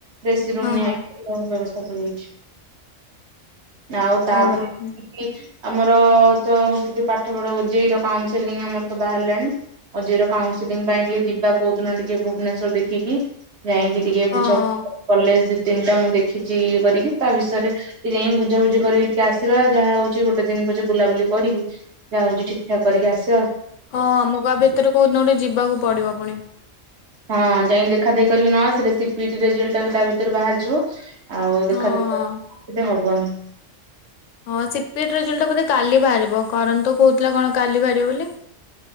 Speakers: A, on the right (about 60°); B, on the left (about 70°).
A: ଏ ସି ରୁମ୍
B: ହଁ
A: ନିଆହେଇଚି
B: ହଁ
A: <inaudible> <inaudible> ଆଉ ତାପରେ
B: ଓହୋ
A: <inaudible> ଆମର-ଅ-ଅ-ଅ ତ ସେ ଯୋଉ ପାଠ ପଢା ଓଯେଇ ର କାଉନସେଲିଂ ଆମର ତ ବାହାରିଲାଣି ଓଜେଇ ର କାଉନସେିଲିଂ ପାଇଁ ଟିକେ ଯିବା କହୁଦିନ ଟିକେ ଭୁବନେଶ୍ଵର ଦେଖିକି। ଯାଇକି ଟିକେ
B: ହଁ।
A: ବୁଝା କଲେ ତିନିଟା ମୁଁ ଦେଖିଛି ଇଏ କରିକି ତା ବିଷୟରେ ଟିକେ ଯାଇ ବୁଝାବୁଝି କରିକି ଟିକେ ଆସିବା ଯାହା ହଉଛି ଗୋଟେ ଦିନ ପଛେ ବୁଲାବୁଲି କରିକି ଯାହା ହଉଛି ଠିକ ଠାକ କରିକି ଆସି
B: ହଁ ମୁମଗା ଭିତରେ କଉଦିନ ଗୋଟେ ଯିବି ଯିବାକୁ ପଡ଼ିବ ପୁଣି।
A: ହଁ ଯାଇକି ଦେଖା ଦେଖି କରିକି ନ ଆସିଲେ ସେ ପି ଇ ଟି ରେଜଲ୍ଟ ଟା ବି ତା ଭିତରେ ବାହାରିଯିବ। ଆଉ ଦେଖା
B: ହଁ
A: ଦେଖି
B: ହଁ।
A: <unintelligible> ବନ।
B: ହଁ ସେ ପି ଇ ଟି ରେଜଲଟ ଟା ବୋଧେ କାଲି ବାହାରିବ କରନ୍ ତ କହୁଥିଲା କଣ କାଲି ବାହାରିବ ବୋଲି।